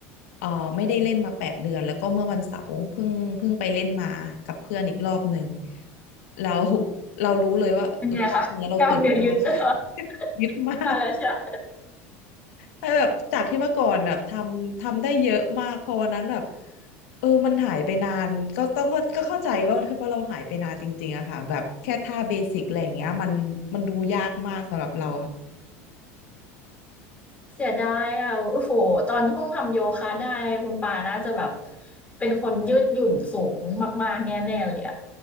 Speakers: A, on the left; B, on the left.
A: เออไม่ได้เล่นมาแปดเดือนแล้วก็เมื่อวันเสาร์เพิ่งเพิ่งไปเล่นมากับเพื่อนอีกรอบหนึ่งแล้วเรารู้เลยว่าเออกล้ามเนื้อเราตึงมาก
B: เป็นไงคะกล้ามเนื้อยึด <laughs>
A: <laughs> ยึดมาก
B: มาแล้วใช่ไหม
A: ไอ้แบบจากที่เมื่อก่อนแบบทำทำได้เยอะมากพอวันนั้นแบบเออมันหายไปนานก็ต้องก็ก็เข้าใจว่าว่าเราหายไปนานจริงๆอะค่ะแบบแค่ท่าเบสิกอะไรอย่างเงี้ยมันมันดูยากมากสำหรับเรา
B: เสียดายอะโอ้โฮตอนช่วงทำโยคะได้คุณปาน่าจะแบบเป็นคนยืดหยุ่นสูงมากๆแน่ๆเลยอะ